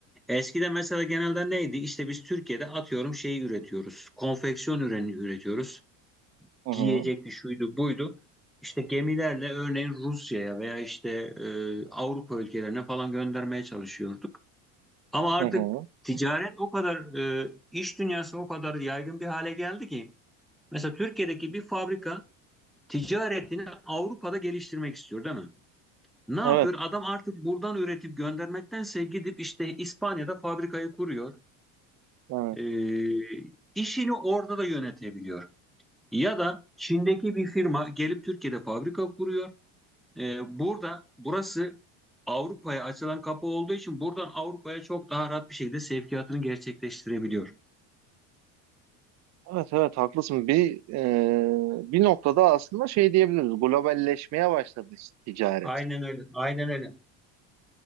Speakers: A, in the centre; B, on the right (about 45°).
A: Eskiden mesela genelde neydi? İşte biz Türkiye'de atıyorum şeyi üretiyoruz. Konfeksiyon ürünü üretiyoruz.
B: Hı hı,
A: giyecekti şuydu buydu. İşte gemilerle örneğin Rusya'ya veya işte e, Avrupa ülkelerine falan göndermeye çalışıyorduk. Ama artık
B: hı hı.
A: ticaret o kadar e, iş dünyası o kadar yaygın bir hale geldi ki mesela Türkiye'deki bir fabrika ticaretini Avrupa'da geliştirmek istiyor değil mi? Ne yapıyor?
B: Evet,
A: Adam artık buradan üretip göndermektense gidip işte İspanya'da fabrikayı kuruyor.
B: evet.
A: E, işini orada da yönetebiliyor. Ya da Çin'deki bir firma gelip Türkiye'de fabrika kuruyor. Ee, burada burası Avrupa'ya açılan kapı olduğu için buradan Avrupa'ya çok daha rahat bir şekilde sevkiyatını gerçekleştirebiliyor.
B: Evet, evet haklısın. Bir e, bir noktada aslında şey diyebiliriz. Globalleşmeye başladı ticaret.
A: Aynen öyle. Aynen öyle.